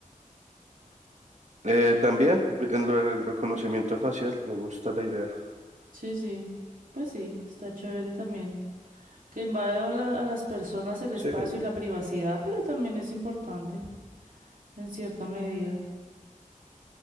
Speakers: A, on the right; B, on the right.
A: Eh, también en lo del reconocimiento facial, me gusta la idea.
B: Sí, sí. Pues sí, está chévere también. que invade a, la- a las personas el
A: Sí,
B: espacio y la privacidad, pero también es importante en cierta medida.